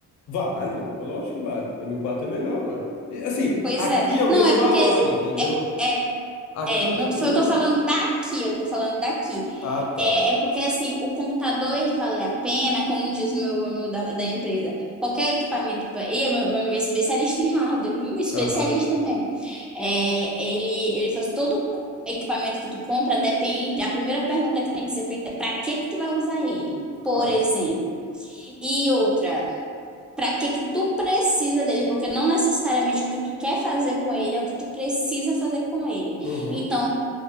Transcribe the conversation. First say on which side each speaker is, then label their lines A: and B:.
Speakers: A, on the left; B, in the centre.
A: Vale, lógico que vale. O m quatro é melhor, ué. E, assim,
B: Pois
A: aqui
B: é.
A: é o
B: Não,
A: mesmo
B: é
A: valor,
B: porque é,
A: entendeu?
B: é
A: Aqui
B: É,
A: o
B: não
A: m
B: tô-
A: um
B: eu tô falando daqui, eu tô falando daqui.
A: ah, tá.
B: É, é porque, assim, o computador, ele vale a pena, como diz o meu amigo da, da empresa. Qualquer equipamento... pra- E o meu, meu amigo é especialista em hardware, viu? Especialista
A: Aham,
B: mesmo. É, ele, ele faz todo co- equipamento que tu compra, depende... A primeira pergunta que tem que ser feita é pra que que tu vai usar ele,
A: claro.
B: por exemplo. E outra... Pra que que tu precisa dele? Porque não necessariamente o que tu quer fazer com ele é o que tu precisa fazer com ele.
A: Uhum.
B: Então,